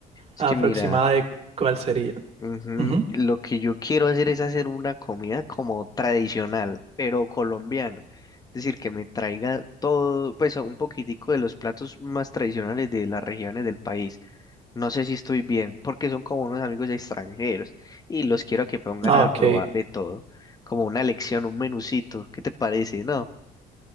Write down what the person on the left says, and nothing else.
Es
que mira,
ujú,
lo que yo quiero hacer es hacer una comida como tradicional, pero colombiana. Es decir, que me traiga todo, pues un poquitico de los platos más tradicionales de las regiones del país. No sé si estoy bien, porque son como unos amigos extranjeros y los quiero que pongan
a
probar de todo, como una lección, un menucito. ¿Qué te parece? No,